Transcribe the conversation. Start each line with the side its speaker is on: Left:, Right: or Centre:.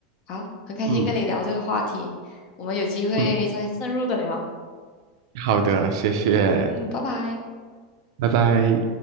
Left: 好，很开心跟你聊这个话题，
Right: 嗯
Left: 我们有机会再深入的聊。
Right: 嗯，好的，谢谢，
Left: 嗯，拜拜。
Right: 拜拜。